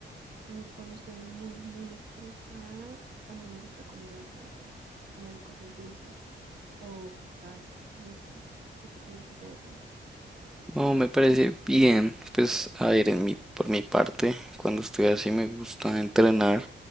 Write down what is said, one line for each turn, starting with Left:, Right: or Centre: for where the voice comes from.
Right: Y cuando estoy muy, muy estresada, también me gusta comer bastante, comer cosas dulces o picar, no sé, ¿tú qué piensas de eso?
Centre: No, me parece bien. Pues, a ver, en mi, por mi parte, cuando estoy así me gusta entrenar,